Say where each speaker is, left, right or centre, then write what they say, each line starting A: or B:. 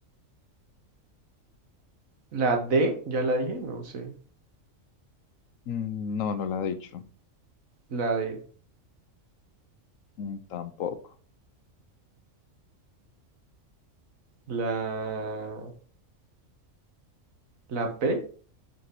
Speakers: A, on the right (about 90°); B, on the left (about 80°).
A: La D, ya la dije, no sé.
B: mm, no, no la ha dicho.
A: La D,
B: Mm, tampoco.
A: la, la P.